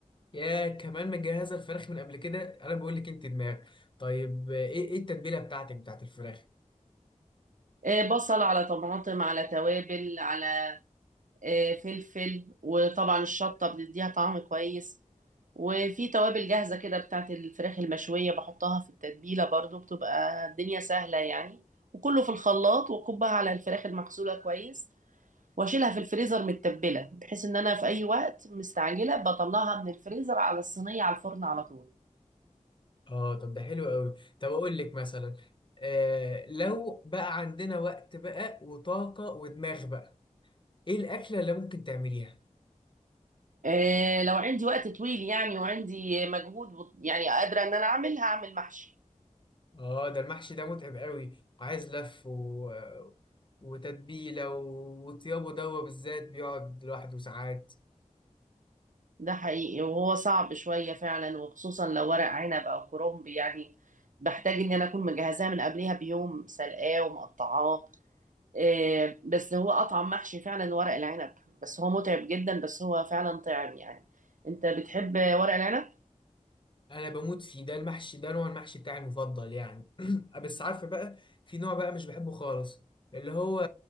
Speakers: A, on the left; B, on the right.
A: يا كمان مجهزه الفراخ من قبل كده انا بقول لك انت دماغ طيب آه، ايه ايه التتبيله بتاعتك بتاعت الفراخ
B: آه، بصل على طماطم على توابل على آه، فلفل وطبعا الشطه بتديها طعم كويس وفي توابل جاهزه كده بتاعت الفراخ المشويه بحطها في التتبيله برضو بتبقى الدنيا سهله يعني وكله في الخلاط وكبها على الفراخ المغسوله كويس واشيلها في الفريزر متبله بحيث ان انا في اي وقت مستعجله بطلعها من الفريزر على الصينيه على الفرن على طول
A: اه طب ده حلو قوي طب اقول لك مثلا آه لو بقى عندنا وقت بقى وطاقه ودماغ بقى ايه الاكله اللي ممكن تعمليها
B: إيه لو عندي وقت طويل يعني وعندي مجهود وط- يعني قادره ان انا اعمل هعمل محشي
A: اه ده المحشي ده متعب قوي وعايز لف و... وتتبيله و- وطيابه دوا بالذات بيقعد لوحده ساعات
B: ده حقيقي وهو صعب شويه فعلا وخصوصا لو ورق عنب او كرنب يعني بحتاج ان انا اكون مجهزاه من قبلها بيوم سلقاه ومقطعاه إيه بس هو اطعم محشي فعلا ورق العنب بس هو متعب جدا بس هو فعلا طعم يعني انت بتحب ورق العنب
A: انا بموت فيه ده المحشي ده نوع المحشي بتاعي المفضل يعني <clears throat> بس عارفه بقى في نوع بقى مش بحبه خالص اللي هو